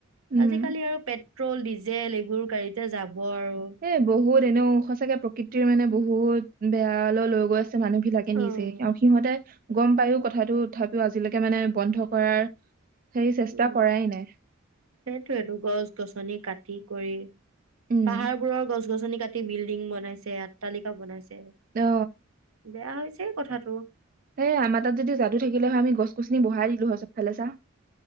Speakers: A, on the right (about 40°); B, on the right (about 85°).
A: উম
B: আজিকালি আৰু পেট পেট্ৰল ডিজেল এইবোৰ গাড়ীতে যাব হ'ব আৰু
A: এ বহুত এনেওঁ সচাঁকে প্ৰকৃতিৰ মানে বহুত বেয়া লৈ লৈ গৈ আছে মানুহ বিলাকে
B: উম
A: নিজে আৰু সিহঁতে গম পায়ো কথাটো তথাপিও আজিলৈকে মানে বন্ধ কৰাৰ সেই চেষ্টা
B: উম
A: কৰাই নাই
B: সেইটোয়টো গছ গছনি কাটি কৰি
A: উম
B: পাহাৰবোৰৰ গছ গছনি কাটি বিল্ডিং বনাইছে আট্টালিকা বনাইছে
A: অ
B: বেয়া হৈছে। ছে কথাটো
A: সে আমাৰ তাত যদি যাদু থাকিলে হয় আমি গছ গছনি বঢ়াই দিলো হয় সবফালে চা